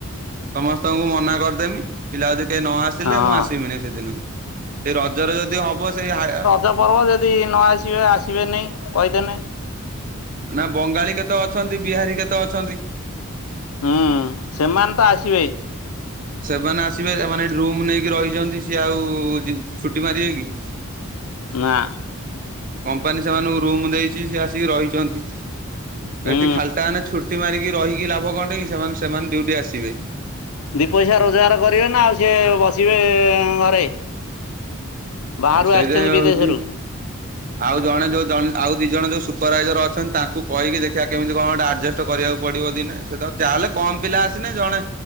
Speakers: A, on the right (about 40°); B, on the left (about 85°).
A: ସମସ୍ତଙ୍କୁ ମନା କରିଦେମି ପିଲା ୟଦି କେ ନ ଆସିଲେ
B: ହଁ।
A: ମୁଁ ଆସିମିନି ସେଦିନ। ଏ ରଜରେ ଯଦି ହବ ସେଇ ହାୟା
B: ଜ ପର୍ବ ଯଦି ନ ଆସିବେ ଆସିବେ ନାଇ କଇଦେନି।
A: ନାଁ ବଙ୍ଗାଳୀ କେତେ ଅଛନ୍ତି ବିହାରୀ କେତେ ଅଛନ୍ତି?
B: ହୁଁ ସେମାନ୍ ତ ଆସିବେ।
A: ସେମାନେ ଆସିବେ ଏମାନେ ଏଟି ରୁମ୍ ନେଇକି ରଇଜନ୍ତି ସିଏ ଆଉ ଜିଏ ଛୁଟି ମାରିବେ କି?
B: ନାଁ
A: କମ୍ପାନୀ ସେମାନଙ୍କୁ ରୁମ୍ ଦେଇଚି ସେ ଆସିକି ରହିଛନ୍ତି।
B: ହୁଁ।
A: ଏଠି ଖାଲ୍ଟା ମାନେ ଛୁଟି ମାରିକି ରହିକି ଲାଭ କଁଟା କି ସେମାନେ ସେମାନେ ଡ୍ୟୁଟି ଆସିବେ।
B: ଦି ପଇସା ରୋଜ୍ଗାର୍ କରିବେ ନା ଆଉ ସିଏ ବସିବେ ଏ ଘରେ। ବାହାରୁ
A: ସେଇଥିପାଇଁ
B: ଆସିଛନ୍ତି
A: ହଉଛି
B: ବିଦେଶ୍ ରୁ।
A: ଆଉ ଜଣେ ଯୋଉ ଯନ୍ ଆଉ ଦି ଜଣ ଯୋଉ ସୁପର୍ବାଇଜର୍ ଅଛନ୍ ତାଙ୍କୁ କଇକି ଦେଖିଆ କେମ୍ତି କଁ ଗୋଟେ ଆର୍ଜେଷ୍ଟ୍ ଚ କରିଆକୁ ପଡ଼ିବ ଦିନେ ସେତ ଚାଲେ କମ୍ ପିଲା ଆସିନେ ଜଣେ